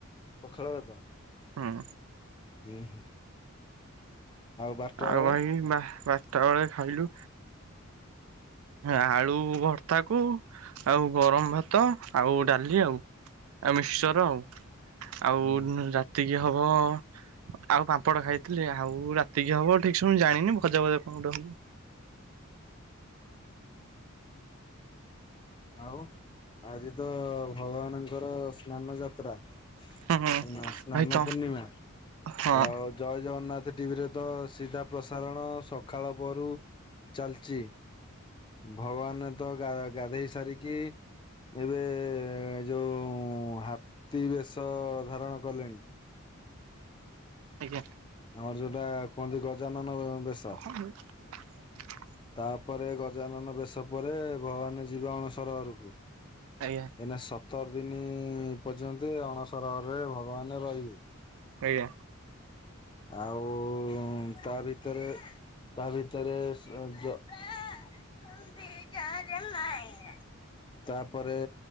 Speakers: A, on the left (about 20°); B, on the right (about 75°).
A: ପଖାଳ ଭାତ।
B: ହଁ।
A: ହୁଁ ହୁଁ। ବାରଟା
B: ଆଉ
A: ବେଳେ
B: ଭାଇ ବା ବାର ଟା ବେଳେ ଖାଇଲୁ ଆଳୁ ଭର୍ତାକୁ ଆଉ ଗରମ ଭାତ ଆଉ ଡାଲି ଆଉ ଆଉ ମିକ୍ସର ଆଉ। ଆଉ
A: ହୁଁ
B: ରାତି କି ହବ ଆଉ ପାମ୍ପଡ଼ ଖାଇଥିଲି ଆଉ ରା ଟିକ ହବ ଠିକ ସେ ମୁଁ ଜାଣିନି ଭଜା ଫଜା କଣ ଗୋଟେ ହବ।
A: ଆଉ। ଆଜି ତ ଭଗବାନଙ୍କର ସ୍ ସ୍ନାନ ଯାତ୍ରା
B: ହବ। ହୁଁ
A: ସ୍ନା ସ୍ନାନ
B: ଭାଇ ତ
A: ପୂର୍ଣ୍ଣିମା
B: ହଁ
A: ଆଉ ଜୟ ଜଗନ୍ନାଥ ଟିଭିରେ ତ ସିଧା ପ୍ରସାରଣ ସକାଳ ପ୍ରହରୁ ଚାଲିଚ ଭଗବାନ ତ ଗା ଗାଧେଇ ସାରିକି ଏବେ ଯୋଉ ହାତୀ ବେଶ ଧାରଣ କଲେଣି।
B: ଆଜ୍ଞା।
A: ଆମର ଯୋଉଟା କୁହନ୍ତି ଗଜାନନ ଅ ବେଶ।
B: <unintelligible>
A: ତାପରେ ଗଜାନନ ବେଶ ପରେ ଭଗବାନ ଯିବେ ଅଣସର ଘରକୁ।
B: ଆଜ୍ଞା।
A: ଏଇନା ସତରଦିନି ପର୍ଯ୍ୟନ୍ତେ ଅଣସରଘରେ ଭଗବାନେ ରହିବେ।
B: ଆଜ୍ଞା।
A: ଆଉ ଉଁ ତା ଭିତରେ ତା ଭିତରେ <unintelligible> <inaudible> <inaudible> ତାପରେ